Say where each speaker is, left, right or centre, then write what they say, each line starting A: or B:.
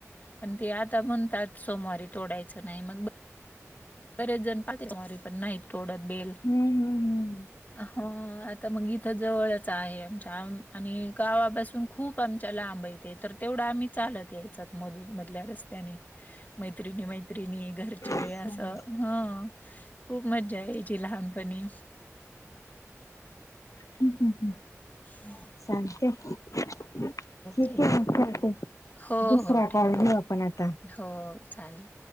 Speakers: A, on the left; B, on the left.
A: पण ते आता म्हणतात सोमवारी तोडायचं नाही मग बरेच जण पाहवारी पण नाहीत थोडत बेल
B: हम्म. हम्म.
A: हो आता मग इथ जवळच आहे आमच्या आणि गावापासून खूप आमच्याला लांब यते तर तेवढं आम्ही चालत यायचत मधु मधल्या रस्त्याने मैत्रिणी मैत्रिणी घरचे
B: हम्म. सांग-
A: असं हा खूप मज्जा आहे यायची लहानपणी
B: हम् हम् हम्
A: हम
B: स ते ठीक
A: ते
B: आहे ना ते
A: हो
B: दुसरा
A: हो ठेवा
B: कॉल घेऊ आपण आता
A: हो चालेल